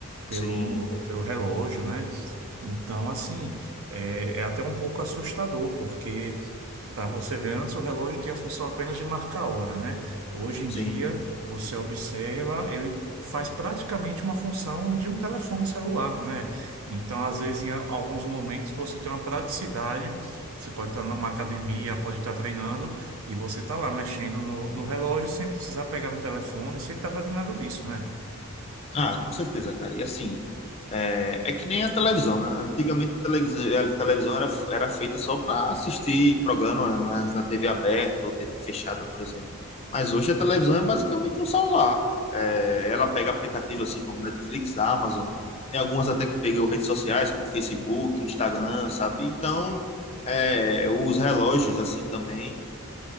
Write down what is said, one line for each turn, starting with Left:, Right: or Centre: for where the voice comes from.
Right: pelo,
Left: sim,
Right: pelo relógio, né? Então, assim, é, é até um pouco assustador, porque para você ver, antes o relógio tinha a função apenas de marcar a hora, né? Hoje em
Left: sim.
Right: dia, você observa, ele faz praticamente uma função de um telefone celular, né? Então, às vezes, em a- alguns momentos, você tem uma praticidade. Você pode estar numa academia, pode estar treinando, e você está lá mexendo no, no relógio sem precisar pegar no telefone, sem estar fazendo nada disso, né?
Left: Ah, com certeza, cara. E assim, é, é que nem a televisão, né? Antigamente a televisão, a televisão era, era feita só para assistir programa mas na TV aberta ou TV fechada, por exemplo. Mas hoje a televisão é basicamente um celular. É, ela pega aplicativos assim como Netflix, Amazon, tem algumas até que pegam redes sociais como Facebook, Instagram, sabe? Então, é, os relógios assim também